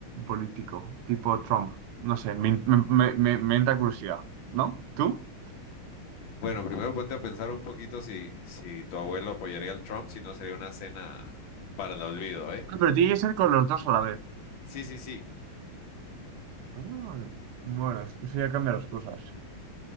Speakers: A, on the right (about 85°); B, on the left (about 70°).
A: político, tipo Trump. No sé, me, me, me, me- me entra curiosidad, ¿no? ¿Tú?
B: Bueno, primero ponte a pensar un poquito si, si tu abuelo apoyaría al Trump, si no sería una cena para el olvido, ¿eh?
A: Ah, pero tiene que ser con los dos a la vez.
B: Sí, sí, sí.
A: Ah, bueno, es que eso ya cambia las cosas.